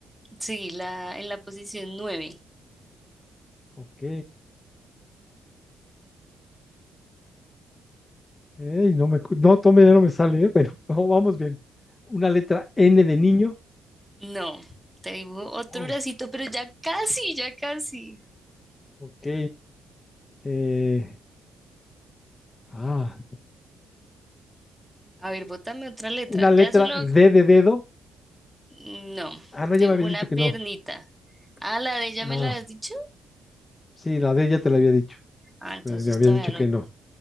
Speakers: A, in the centre; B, on the left (about 25°).
A: Sí, la, en la posición nueve.
B: Ok. Ey, no me, cu- no, tome, ya no me sale, ¿eh? Bueno, <laughs> vamos vamos bien. Una letra N de niño.
A: No, te dibujo otro
B: Oh,
A: bracito, pero ya casi, ya casi.
B: ok. Eh, ah,
A: A ver, bótame otra letra.
B: una letra
A: Ya solo...
B: D de dedo.
A: No,
B: Ah, no, ya
A: te dibujo
B: me habías
A: una
B: dicho
A: piernita.
B: que no.
A: Ah, la de ella
B: Ah,
A: me la habías dicho.
B: sí, la D ya te la había dicho.
A: Ah, entonces
B: pero Me habías
A: todavía
B: dicho
A: no
B: que no.